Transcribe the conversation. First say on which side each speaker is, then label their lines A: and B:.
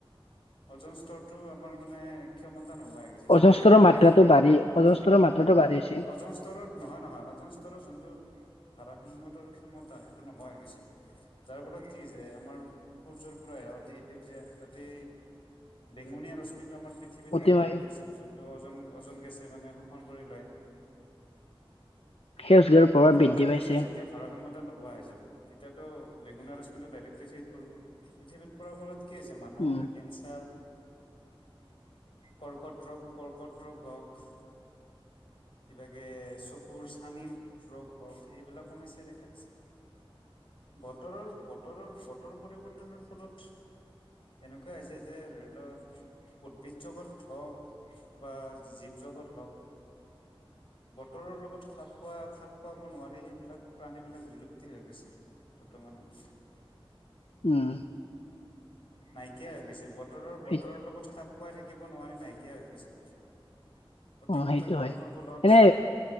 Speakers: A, on the left (about 65°); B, on the left (about 85°).
A: ওজন স্তনৰতো আমাৰ মানে ক্ষমতা নোহোৱাই গৈছে। যোনটো
B: অজস্ৰ
A: তাৰ ভাৰসাম্য
B: মাত্ৰাটো বাঢ়ি
A: ক্ষমতা
B: অজস্ৰ মাত্ৰাটো বাঢ়িছে
A: অজন স্তৰৰত নহয়, নহয় অজন স্তৰৰত যোনটো ভাৰাসাম্যতৰ ক্ষমতা সেইটো নহয় পিছে। যাৰ ফলত কি হৈছে আমাৰ সূৰ্যৰ পৰা অতি সেউজীয়া অতি বেঙুনীয়া ৰশ্মিটো আমাৰ পৃ থিৱীত
B: অতিমাই
A: ডাইৰেক্ট পৰিছে। যোনটো অজন অজন গেছে মানে শোষন কৰি লয়।
B: সেউজগৃহৰ প্ৰভাৱ
A: এতিয়া
B: বৃদ্ধি
A: অজন
B: পাইছে
A: গেছৰ যেতিয়া ভাৰসাম্যতা নোহোৱা হৈ যা'ব, তেতিয়াতো বেঙুনীয়া ৰশ্মিটো ডাইৰেক্ট পৃথিৱীত পৰবই। পৃথিৱীত পৰাৰ ফলত কি হৈছে মানুহ
B: উম
A: কেঞ্চাৰ কৰ্কট ৰোগ কৰ্কট ৰোগ হওক সিভাগে চকুৰ চানিৰ ৰোগ হওক এইবিলাক সমস্যাই দেখা দিছে। বতৰৰ বতৰৰ বতৰ পৰিৱৰ্তনৰ ফলত এনেকুৱা হৈছে যে, ধৰি ল উদ্ভিদ জগত হওক বা জীৱ জগত হওক বতৰৰ লগত খাপ খোৱা, খাপ খোৱাব নোৱাৰি সেইবিলাক প্ৰাণী বিলাক বিলুপ্ত তি হৈ গৈছে, বৰ্তমান সমতে।
B: উম।
A: নাইকিয়া হৈ গৈছে। বতৰৰ বতৰৰ
B: সেই
A: লগত খাপ খুৱাই থাকিব নোৱাৰি নাইকিয়া হৈ গৈছে।
B: <inaudible>
A: অতিমাত্ৰা
B: সেইটো
A: গৰমৰ
B: হয়
A: ফলত
B: এনে